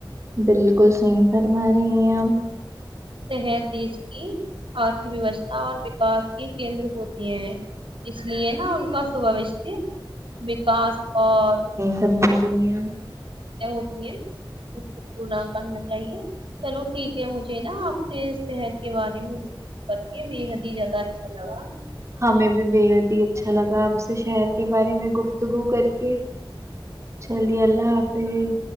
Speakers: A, on the right; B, on the right.
A: بالکل صحیح فرما رہی ہیں آپ
B: تحت دیش کی آرھ ویوستھا اور وکاس کے کیندر ہوتی ہیں اس لیے نا ان کا سبش وکاس اور
A: ترماری <unintelligible>
B: ہوتی ہیں کو پورا کرنا چاہیے چلو ٹھیک ہے مجھے نا آپ سے شہر کے بارے میں پر کے بےحد ہی زیادہ اچھا لگا
A: ہمیں بھی بے حد ہی اچھا لگا آپ سے شہر کے بارے میں گفتگو کر کے چلیے اللہ حافظ